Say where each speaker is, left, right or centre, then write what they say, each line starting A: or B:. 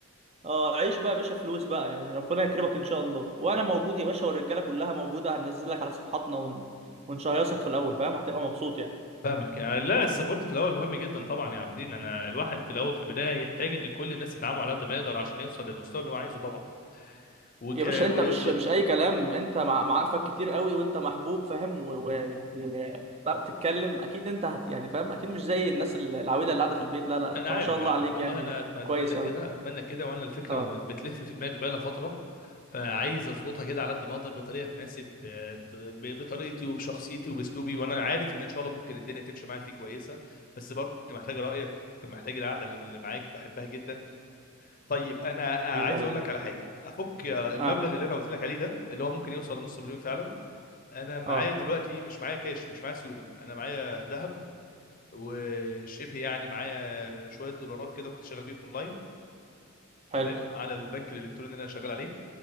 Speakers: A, on the right; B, on the left.
A: اه عيش بقى يا باشا فلوس بقى يعني ربنا يكرمك ان شاء الله وانا موجود يا باشا والرجاله كلها موجوده هننزل لك على صفحاتنا ون... ونشيصك في الاول فاهم هتبقى مبسوط يعني
B: فاهمك يعني لا السبورت في الاول مهم جدا طبعا يا عابدين انا الواحد في الاول في البدايه يحتاج ان كل الناس تدعمه على قد ما يقدر عشان يوصل للمستوى اللي هو عايزه طبعا وك...
A: يا باشا
B: و...
A: انت مش
B: و...
A: مش اي كلام انت مع- معارفك كتير قوي وانت محبوب فاهم ويعني بتعرف تتكلم اكيد انت هت يعني فاهم اكيد مش زي الناس ال- العويله اللي قاعده في البيت لا لا
B: انا
A: انت
B: عارف
A: ما شاء الله
B: عارف
A: عليك
B: والله
A: يعني
B: انا أتم- اتمنى
A: كويس
B: كده
A: قوي
B: اتمنى كده وانا الفكره
A: اه
B: بتلف في دماغي بقالها فتره فعايز اظبطها كده على قد ما اقدر بطريقه تناسب آه، ط- ب- بطريقتي وبشخصيتي وباسلوبي وانا عارف ان ان شاء الله ممكن الدنيا تمشي معايا فيه كويسه بس برضو كنت محتاج رايك وكنت محتاج القعده اللي من اللي معاك بحبها جدا طيب انا آه،
A: حبيب
B: عايز
A: قلبي
B: اقول لك على حاجه افك آه، المبلغ
A: اه
B: اللي انا قلت لك عليه ده اللي هو ممكن يوصل لنص مليون فعلا انا معايا
A: اه
B: دلوقتي مش معايا كاش مش معايا سيوله انا معايا ذهب وشبه يعني معايا شويه دولارات كده كنت شغال بيهم اونلاين تمام
A: حلو
B: على البنك الالكتروني اللي انا شغال عليه